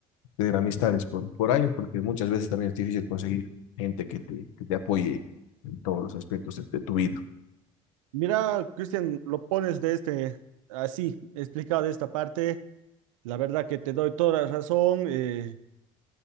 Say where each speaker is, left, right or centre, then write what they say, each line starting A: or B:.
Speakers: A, on the left; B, on the right.
A: de amistades por, por años, porque muchas veces también es difícil conseguir gente que te, que te apoye en todos los aspectos de de tu vida.
B: mira, Cristian, lo pones de este, así, explicado de esta parte, la verdad que te doy toda la razón, eh,